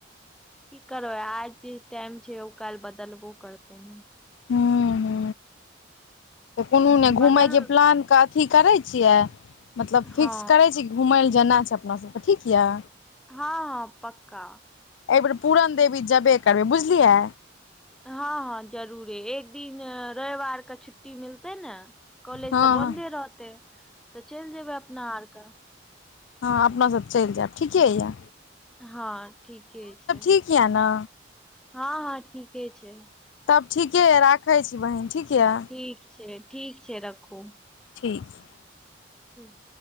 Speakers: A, in the centre; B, on the left (about 75°).
A: की करबै आय जे टाइम छै ओ काएल बदलबो करतै।
B: हूं-हूं। त कुनू
A: ह
B: नै घुमै
A: बदल
B: के प्लान के अथी करै छियै मतलब
A: हँ
B: फिक्स करै छी घुमय लै जेनाय छै अपना सबके ठीक यै?
A: हां-हां पक्का।
B: ए बेर पूरण देवी जेबै करबै बुझलियै।
A: हां-हां जरूरे एक दिन रैव आर के छुट्टी मिलतै नै कॉलेज
B: हँ
A: तऽ बंन्दे
B: हँ
A: रहतै तऽ चैल जेबै अपना आरके।
B: हां अपना सब चैल जाएब ठीके यै।
A: हां ठीके छै,
B: ठीक यए ने
A: हां-हां ठीके छै।
B: तब ठीके यै राखै छी बहिन ठीक यै।
A: ठीक छै। ठीक छै रखू।
B: ठीक छै।
A: ठीक